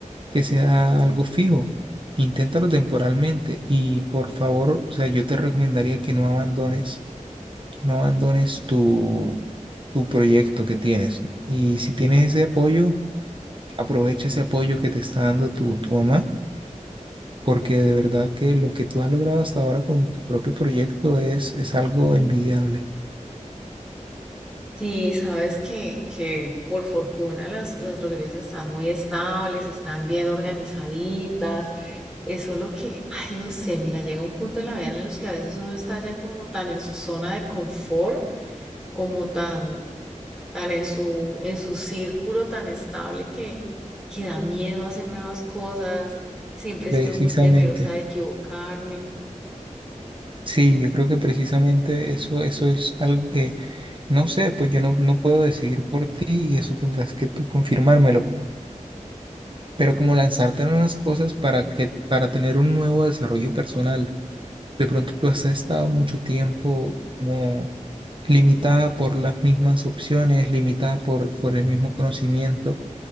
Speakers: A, on the right (about 40°); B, in the centre.
A: que sea algo fijo. Inténtalo temporalmente y por favor, o sea, yo te recomendaría que no abandones, no abandones tu, tu proyecto que tienes. Y si tienes ese apoyo Aprovecha ese apoyo que te está dando tu, tu mamá, porque de verdad que lo que tú has logrado hasta ahora con tu propio proyecto es, es algo envidiable.
B: Y sabes que, que por fortuna las, las droguerías están muy estables, están bien organizaditas. Eso es lo que, ay, no sé, mira, llega un punto en la vida en los que a veces uno está ya como tan en su zona de confort, como tan tan en su, en su círculo tan estable que, que da miedo hacer nuevas cosas. Siempre
A: Precisamente,
B: he sido muy temerosa de equivocarme.
A: sí, yo creo que precisamente eso, eso es algo que, no sé, pues yo no, no puedo decidir por ti y eso tendrás que tú confirmármelo, pero como lanzarte en unas cosas para que, para tener un nuevo desarrollo personal. De pronto tú has estado mucho tiempo como limitada por las mismas opciones, limitada por, por el mismo conocimiento